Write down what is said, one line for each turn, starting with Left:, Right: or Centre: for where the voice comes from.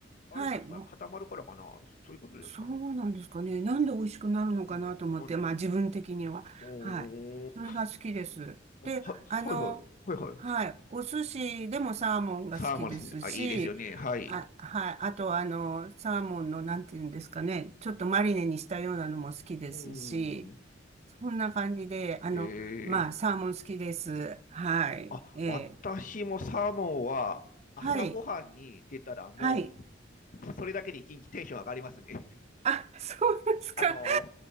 Left: あれなんですかね、
Right: はい。もう
Left: 固まるからかな、そういうことですかね。
Right: そうなんですかね。なんで美味しくなるのかなと思って、
Left: うん、なんで、
Right: まあ自分的には。
Left: うーん。
Right: はい。それが好きです。
Left: あは、
Right: で、
Left: はいはい。
Right: あの、
Left: はいはい。
Right: はい。お寿司でもサーモンが好きですし、
Left: サーマルシン、あ、いいですよね。はい。
Right: あ、はい。あと、あの、サーモンの、なんていうんですかね。ちょっとマリネにしたようなのも好きですし、
Left: うん。
Right: そんな感じで、あの、
Left: ええ
Right: まあ、サーモン好きです。はい。
Left: あ、
Right: ええ。
Left: 私もサーモンは朝ごはんに出たらも
Right: はい。はい。
Left: う、それだけで一日テンション上がりますね。
Right: あ、そうですか。
Left: <laughs> あの、